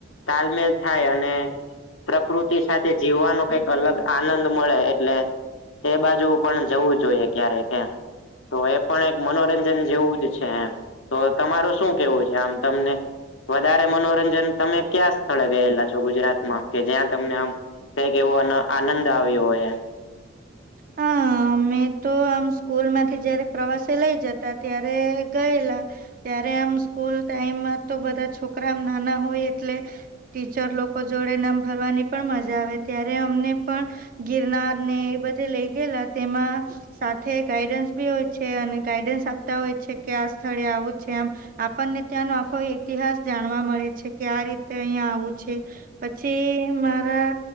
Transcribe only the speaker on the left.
તાલમેલ થાય અને. પ્રકૃતિ સાથે જીવવાનો કઈક અલગ આનંદ મળે એટલે. એ બાજુ પણ જવું જોઈએ ક્યારે કે. તો એ પણ એક મનોરંજન જેવું જ છે એમ તો તમારું શું કેવું છે આમ તમને. વધારે મનોરંજન તમે ક્યા સ્થળે ગયેલા છો ગુજરાતમાં કે જ્યાં તમને આમ. કક એવો અને આનંદ આવ્યો હોય.